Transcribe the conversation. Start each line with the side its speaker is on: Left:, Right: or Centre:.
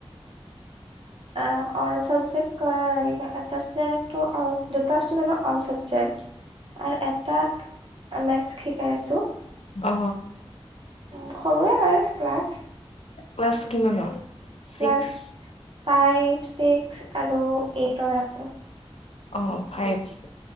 Right: এ অল চাবজেক্ট কৰা আৰু টো অল দুটা ষ্টুডেণ্টক অল চাবজেক্ট আৰু এটাক মেথছ শিকাই আছো।
Left: অ।
Right: সৰুৱে হয় ক্লাছ।
Left: ক্লাছ কিমানৰ? ছিক্স
Right: ক্লাছ ফাইভ ছিক্স আৰু এইটৰ আছে
Left: অ, ফাইভ চ,